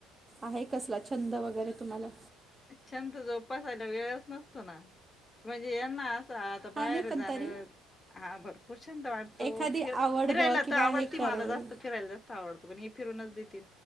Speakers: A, on the right; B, on the left.
A: आहे कसला छंद वगैरे तुम्हाला?
B: छंद जोपासयला वेळच नसतो ना. म्हणजे यांना असा आता बाहेर
A: हा नाही पण
B: जाण
A: तरी
B: हा बर खूप छंद वाटतो
A: एखादी
B: फिर
A: आवड
B: फिरायला
A: ब किंवा
B: तर आवडती
A: हे करेल
B: मला जास्त फिरायला जास्त आवडत पण फिरूनच देते.